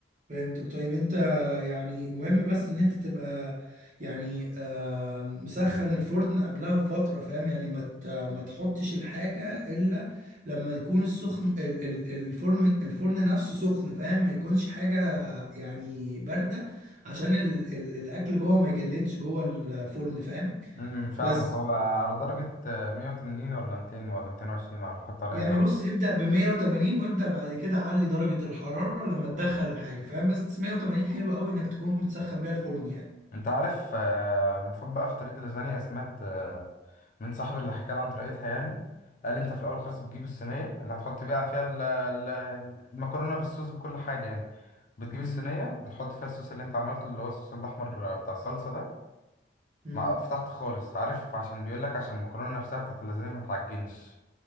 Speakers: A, on the right (about 40°); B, on the left (about 45°).
A: فهمتك طيب انت يعني مهم بس ان انت تبقى يعني آه، مسخن الفرن قبلها بفترة فاهم يعني ما ت- ما تحطش الحاجة الا لما يكون السخن ال- ال- الفرن الفرن نفسه سخن فاهم ما يكونش حاجة يعني باردة عشان ال- ال- الاكل جوه ما يجلدش جوه الفرن فاهم
B: امم فاهمك
A: بس
B: هو على درجه آه، 180 ولا 200 ولا 220 ولا هنحط على
A: يعني
B: ايه درجه
A: بص ابدأ ب 180 وابدأ بعد كده علي درجة الحرارة لما تدخل الحاجة فاهم بس 180 حلو قوي انك تكون متسخن بيها الفرن
B: انت عارف آه، المفروض بقى في طريقة اللازانيا سمعت آه، من صاحبي اللي حكى لي عن طريقتها يعني قال انت في الاول خالص بتجيب الصينية اللي هتحط بقى فيها ال- ال- المكرونة بالصوص بكل حاجة يعني بتجيب
A: يعني
B: الصينية بتحط فيها الصوص اللي انت عملته اللي هو الصوص الاحمر آه، بتاع الصلصة ده
A: مم.
B: مع فتحت خالص عارف عشان بيقولك عشان المكرونة نفسها بتاعت اللازانيا ما تعجنش